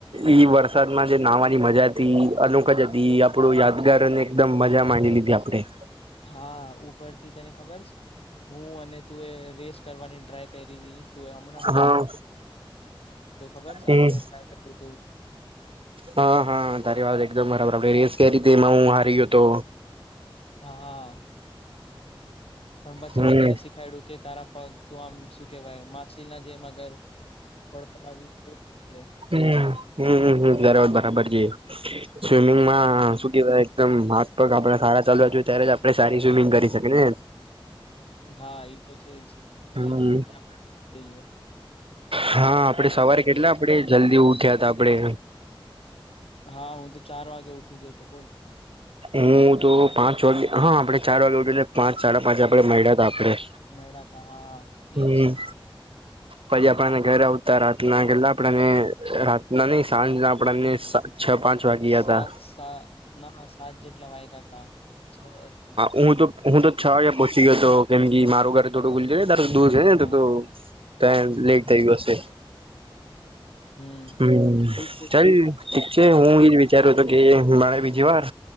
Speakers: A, on the right; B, on the left.
A: ઈ વરસાદ માં જે નાહવાની મજા થી અમુક જ એ આપડો યાદગાર અને એકદમ મજા માંડી લીધી આપડે.
B: હા ઉપરથી તને ખબર છે, હું અને તુંએ રેસ કરવાની ટ્રાય કરી હતી. તો હમણાં હમણાં
A: હા
B: તો ખબર
A: હમ
B: આપણે ટ્રાય કર્યું તું,
A: હા હા તારી વાત એકદમ બરાબર આપડે રેસ કે રીતે એમાં હું હારી ગયો હતો.
B: હા પણ પછી
A: હમ
B: મેં તને શીખવી. ખેડું કે તારા પગ તું આમ શું કહેવાય માછલીના જેમ અગર ફડફડાવીશ તો થશે
A: હું હું હ જરાર બરાબર છે. સ્વિમિંગ માં
B: હમ
A: શું કેવાય. એકદમ હાથપગ આપણે સારા ચાલવા છીએ ત્યારે જ આપણે સારી સ્વિમિંગ કરી શકીને
B: હાએ તો છે, જ નહીં
A: હમ
B: તો પછી આપણે રોકી જઈએ.
A: હા,
B: તો
A: આપડે
B: શાંતિથી
A: સવારે કેટલા આપણેે જલ્દી ઉઠ્યા હતા આપડે.
B: હા હું તો ચાર વાગે ઉઠી ગયો તો બોલ.
A: હ <inaudible> હું તો પાંચ વાગે હા આપડે ચાર વાગે ઉઠીને પાંચ સાડા પાંચે મળ્યા હતા આપડે.
B: મળાતા હતાં હા.
A: હમ.
B: ઈજ
A: પછી આપણાને ઘરે આવતા રાતના ગટલા આપણેને રાતના નહી સાંજના આપણને છ પાંચ વાગ્યા
B: સાત
A: હતા
B: સાના સાત જેટલા વાયગા હતા.
A: હુંતો હુંતો છ વાગ્યા પહોંચી ગયો હતો કેમ કે મારું ઘર. થોડું જાય નેત દૂર જને
B: હા
A: ત
B: હમ
A: લેટ
B: હમ
A: થયું હશે.
B: હમ
A: હુ
B: ઠીક છે
A: ચાલ
B: સર
A: ઠીક છે હું એજ વિચાર્યો હતો કે મારે બીજીવાર